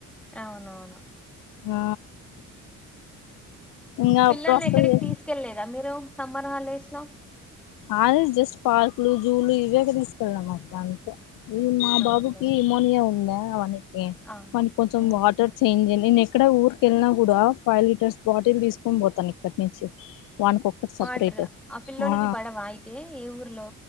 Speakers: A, in the centre; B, on the left.
A: అవునవును
B: ఆ ఇంగా
A: పిల్లల్ని
B: అప్పుడు వస్తది
A: ఎక్కడికి తీసుకెళ్ళలేదా మీరు సమ్మర్ హాలిడేస్ లో
B: అది జస్ట్ పార్కులు జూలు ఇవేక్ తీసుకెళ్దాం అక్క అంతే ఇ మా బాబుకి
A: అవునులేండి
B: ఎమోనియా ఉందా వానికి
A: ఆ
B: వానికి కొంచెం
A: మ్మ్,
B: వాటర్ చేంజ్ అయి నేను ఎక్కడ ఊరికేళ్ళినా కూడా ఫైవ్ లీటర్స్ బాటిల్ తీసుకొని పోతాను ఇక్కడి నుంచి వానికోక్కటి సపరేట్
A: వాటర్ పిల్లోనికి
B: ఆ
A: పడవా అయితే ఏ ఊర్లో